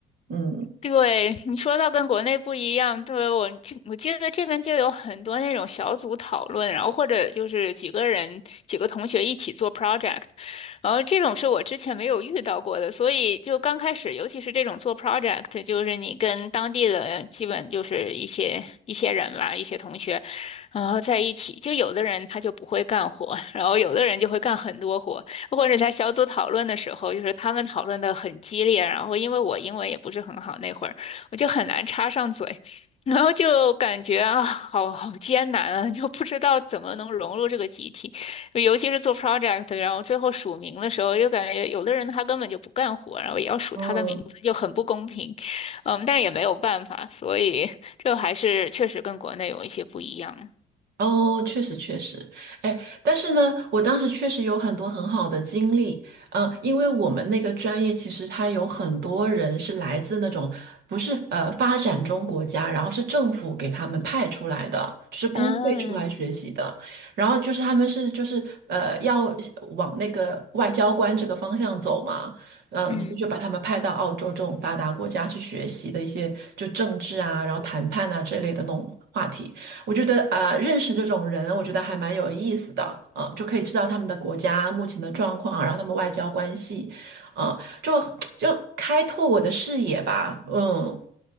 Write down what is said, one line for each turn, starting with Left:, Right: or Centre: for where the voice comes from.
Right: 嗯，
Left: 对，<laughs> 你说到跟国内不一样，对，我这我记得这边就有很多那种小组讨论，然后或者就是几个人几个同学一起做 project，然后这种是我之前没有遇到过的，所以就刚开始，尤其是这种做 project，就是你跟当地的基本就是一些一些人吧，一些同学，然后在一起，就有的人他就不会干活，然后有的人就会干很多活。或者在小组讨论的时候，就是他们讨论的很激烈，然后因为我英文也不是很好，那会儿我就很难插上嘴，<laughs> 然后就感觉啊，好好艰难啊，就不知道怎么能融入这个集体，尤其是做 project，然后最后署名的时候，就感觉有的人他根本就不干活，然后也要署他的名字，
Right: 哦，
Left: 就很不公平，嗯，但也没有办法，所以这还是确实跟国内有一些不一样，
Right: 哦，确实确实，哎，但是呢，我当时确实有很多很好的经历，嗯、因为我们那个专业其实它有很多人是来自那种不是呃发展中国家，然后是政府给他们派出来的，就是公费出来学习的，
Left: 嗯
Right: 然后就是他们是就是呃要往那个外交官这个方向走嘛，嗯、
Left: 嗯。
Right: 所以就把他们派到澳洲这种发达国家去学习的一些就政治啊，然后谈判啊这类的那种话题。我觉得呃，认识这种人，我觉得还蛮有意思的，嗯、就可以知道他们的国家目前的状况，然后他们外交关系，嗯、就就开拓我的视野吧，嗯，